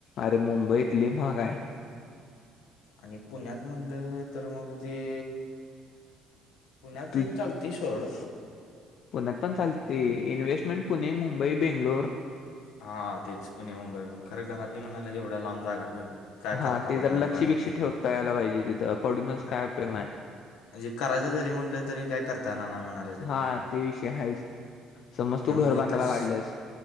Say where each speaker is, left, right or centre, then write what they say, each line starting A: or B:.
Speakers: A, on the left; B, on the left.
A: अरे मुंबईत लय महाग हाय.
B: आणि पुण्यात म्हणलं तर मग ते पुण्यात
A: तू
B: एक चालत ती सोड
A: पुण्यात पण चालते इन्व्हेस्टमेंट पुणे, मुंबई, बेंगलोर
B: हा तेच पुणे, मुंबई खरं घरातली म्हणाल्यात एवढ्या लांब जागा घेऊन काय
A: हा
B: करता
A: ते
B: पण
A: जरा
B: येणार
A: लक्ष
B: नाही
A: बिक्ष
B: ते
A: ठेवता यायला पाहिजे तिथं पडूनच काय उपयोग नाय.
B: जे करायच जरी म्हटलं तरी काय करताय येणार नाय म्हणाल
A: हा ते विषय हायच समज
B: त्यामुळे
A: तू घर बांधायला
B: इथंच
A: काढलस